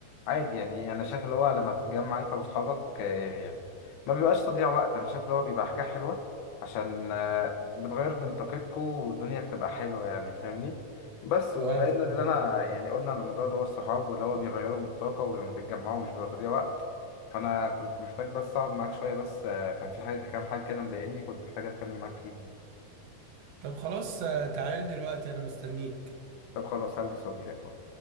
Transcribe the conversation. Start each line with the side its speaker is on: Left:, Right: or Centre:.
Left: عادي يعني انا شايف اللي هو لما تتجمع انت واصحابك آه، ما بيبقاش تضييع وقت انا شايف اللي هو بيبقى حاجه حلوه عشان آه، بتغير من طاقتكم والدنيا بتبقى حلوه يعني فاهمني بس وبما
Right: اه فاهم
Left: ان اللي انا يعني قلنا على الموضوع اللي هو الصحاب واللي هو بيغيروا من الطاقه ولما تتجمعوا مش بيبقى تضييع وقت فانا كنت محتاج بس اقعد معاك شويه بس آه، كان في حاجه كام حاجه كده مضايقني كنت محتاج اتكلم معاك فيهم
Right: طب خلاص آه، تعالى لي دلوقتي انا مستنيك
Left: طب خلاص هلبس واجيلك أهو.